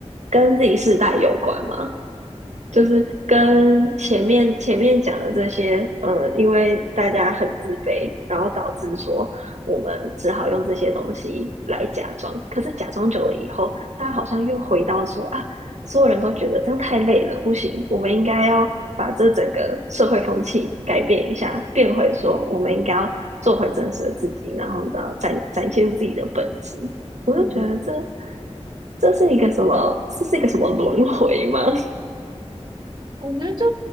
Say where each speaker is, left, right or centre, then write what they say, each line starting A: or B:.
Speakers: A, on the right; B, on the right.
A: 跟自己世代有关吗？就是跟前面前面讲的这些，呃，因为大家很自卑，然后导致说我们只好用这些东西来假装。可是假装久了以后，他好像又回到说啊，所有人都觉得这样太累了，不行，我们应该要把这整个社会风气改变一下，变回说我们应该要做回真实的自己，然后呢，展展现自己的本质。我就觉得这
B: 嗯，
A: 这是一个什么？这是一个什么轮回吗？<laughs>
B: 我觉得就